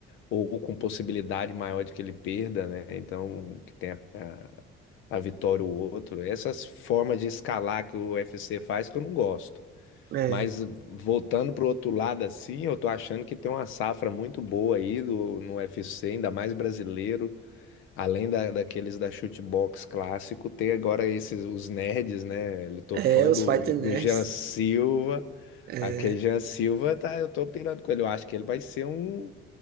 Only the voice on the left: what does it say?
ou com possibilidade maior de que ele perda, né? Então, que tenha a, a vitória o outro. Essas formas de escalar que o UFC faz que eu não gosto.
Mas voltando para o outro lado, assim, eu tô achando que tem uma safra muito boa aí do, no UFC, ainda mais brasileiro, além da, daqueles da shootbox clássico, tem agora esses os nerds, né? velho? Eu tô
fã
do,
do
Jean Silva.
Aquele Jean Silva, tá, eu tô pirando com ele. Eu acho que ele vai ser um,